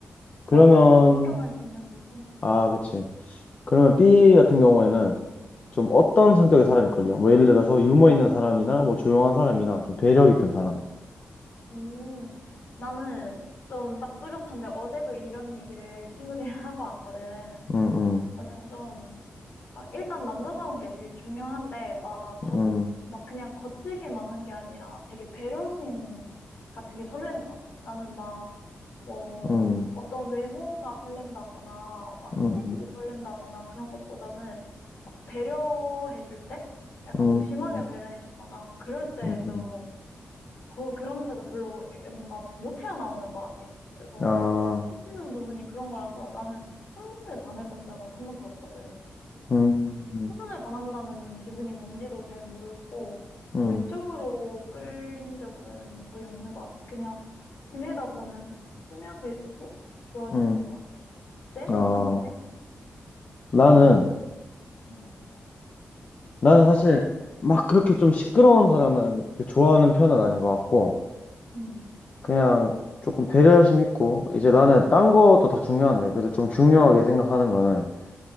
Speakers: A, on the left (about 60°); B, on the left (about 40°).
A: 맞아.
B: 그러면
A: 약간 존경할 수 있는 부분?
B: 아,
A: 응,
B: 그치. 그러면 B 같은 경우에는 좀
A: 응,
B: 어떤 성격의 사람이 걸려 뭐 예를 들어서 유머 있는 사람이나
A: 응.
B: 뭐 조용한 사람이나 좀 배려 깊은 사람.
A: 음, 나는 좀 딱 뚜렷한데 어제도 이런 얘기를 친구들이랑 <laughs> 하고 왔거든.
B: 음, 음,
A: 나는 좀 아, 일단 남자다운 게 제일 중요한데, 막, 겉
B: 음,
A: 막 그냥 거칠기만 한 게 아니라 되게 배려심 같은 게 설레는 것 같아. 나는 막, 뭐,
B: 음,
A: 어떤 외모가 설렌다거나, 막
B: 음,
A: 스킨십이 설렌다거나 그런 것보다는 막 배려해줄 때? 약간
B: 음,
A: 무심하게
B: 음,
A: 배려해주거나, 그럴 때
B: 음,
A: 좀,
B: 음.
A: 거, 그런 데서 별로 뭔가 못 헤어나오는 것 같아. 그래서
B: 아,
A: 꽂히는 부분이 그런 거라서 나는 한 번에 반해본 적은 한 번도 없거든.
B: 음,
A: 천선을 반한다는 기분이 뭔지도 잘 모르고
B: 음,
A: 외적으로 끌린 적은 거의 없는 것 같아. 그냥 지내다 보면 스며들듯이 좋아지는
B: 음.
A: 것 같아. 네?
B: 아,
A: 너는 어때?
B: 나는
A: 음.
B: 나는 사실 막 그렇게 좀 시끄러운 사람은 그렇게 좋아하는 편은 아닌 것 같고,
A: 음.
B: 그냥 조금 배려심 있고, 이제 나는 딴 것도 다 중요한데, 그래도 좀 중요하게 생각하는 거는